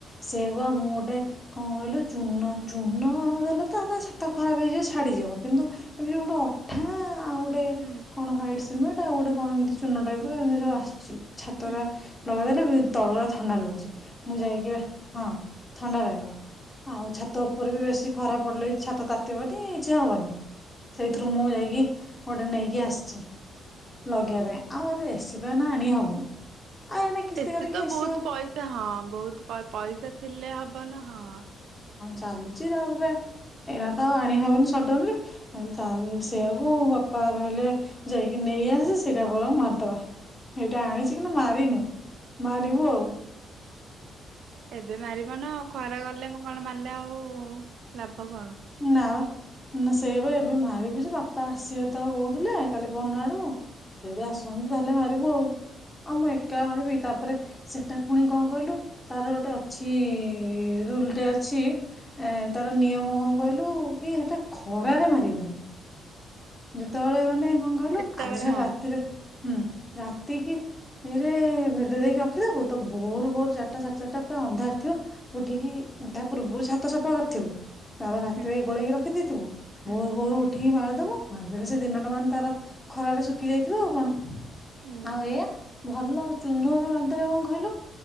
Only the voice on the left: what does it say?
ସେ କ ମୁଁ ଗୋଟେ କଣ କହିଲୁ ଚୂନ ଚୂନ ଦେଲେ ତା ଛାତ ଖରାପ ହେଇଯିବ ଛାଡ଼ିଯିବ କିନ୍ତୁ ଏମିତି ଯଉ ଗୋଟେ ଅଠା ଆଉ ଗୋଟେ
କଣ ୱାଇଟ ସିମେ ଣ୍ଟ ଆଉ ଗୋଟେ କଣ ଏମିତି ଚୁନ ଟାଇପ ର ଏମିତି ସବୁ ଆସୁଛି। ଛି ଛାତ
ଉରା
ଲଗେଇଦେଲେ ତଳ ଉରା ଥଣ୍ଡା ଲାଗୁଛି ମୁଁ ଯାଇକିବା ହଁ ଥଣ୍ଡା ରହିବ ଆଉ ଛାତ ଉପରେ ବି ବେଶୀ ଖରାପ ପଡିଲେ ଛାତ ତାତିିବନି କିଛି ହବନି ସେଇଥିରୁ ମୁଁ ଯାଇକି ଗୋଟେ ନେଇକି ଆସିଛି ଲଗେଇବା ପାଇଁ ଆଉ ଏସି ତ ଆଣି ହବନି ଆଉ ଏନା କିସ୍ତି
କରିକି
ଏସି
ଆଉ
ଚାଲିଚି ତାପରେ ଏଇନା ତ ଆଉ ଆଣିହବନି ସଡନଲି ତାହଲେ ସେଇଆକୁ ବାପା କହିଲେ ଯାଇକି ନେଇଆସେ ସେଇଟା ବଂର ମାରିଦବା ସେଇଟା ଆଣିଛି କିନ୍ତୁ ମାରିନି ମାରିବୁ ଆଉ।
ନା ବା। ନା ସେଇଆବା ଏବେ ମାରିବୁ ଯେ ବାପା ଆସିବେ ତ କହୁଥିଲେ କାଲି ପହରଦିନ ଆଡକୁ ସେ ଯଦି ଆସନ୍ତି ତାହେଲେ ମାରିବୁ ଆଉ ଆଉ ମୁଁ ଏକା ମାରିବି ତାପରେ ସେଟା ପୁଣି କଣ କହିଲୁ ତାର ଗୋଟେ ଅଛି ରୁଲଟେ ଅଛି ଏ ତାର ନିୟମ କଣ କହିଲୁ କି ସେଟା ଖରାରେ ମାରିବନି ଯେତେବେଳେ ମାନେ କଣ କହିଲୁ
ଆଜିଠାରୁ
ରାତିରେ ହୁଁ ରାତିକି ରେ ଭେଦେ ଦେଇକି ରଖିଦବୁ ତ ଭୋର ଭୋର ଚାରିଟା ସାଡେ ଚାରିଟା ପୁରା ଅନ୍ଧାର ଥିବ ଉଠିକି ତା ପୂର୍ବରୁ ଛାତ ସଫା କରିଥିବୁ। ତାପରେ ରାତିରେ
ଗୋଳେଇକି ରଖିଦେଇଥିବୁ
ଭୋରୁ ଭୋରୁ ଉଠିକି ମାର ଦବ ମାରିଦେଲେ ସେ ଦିନଟା ମାନେ ତାର ଖରାରେ ଶୁଖି ଯାଇଥିବ ଆଉ କଣ।
ଆଉ
ଏଇୟା ଭଲ ଚୁନ ରେ ମାରିଦେଲେ କଣ କହିଲୁ